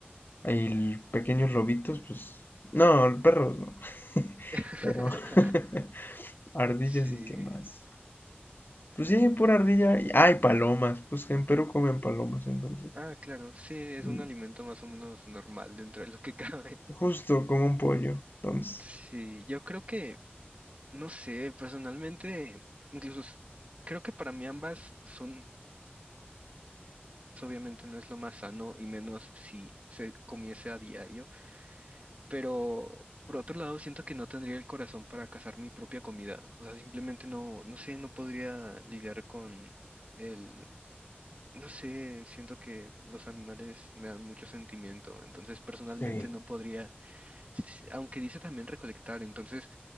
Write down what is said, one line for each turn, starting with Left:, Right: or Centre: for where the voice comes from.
Left: hay pequeños lobitos, pues no, perros no, <laughs>
Right: <laughs>
Left: pero <laughs> ardillas
Right: Sí.
Left: y qué más. Pues sí, pura ardilla. y- Ah, palomas. Pues en Perú comen palomas, entonces.
Right: Ah, claro, sí, es
Left: Mm,
Right: un alimento más o menos normal dentro de lo que <laughs> cabe.
Left: Justo como un pollo. Entonces.
Right: Sí, yo creo que No sé, personalmente, incluso s- creo que para mí ambas son, obviamente no es lo más sano y menos si se comiese a diario, pero por otro lado siento que no tendría el corazón para cazar mi propia comida, o sea, simplemente no, no sé, no podría lidiar con el, no sé, siento que los animales me dan mucho sentimiento, entonces personalmente
Left: Sí,
Right: no podría, s- aunque dice también recolectar, entonces...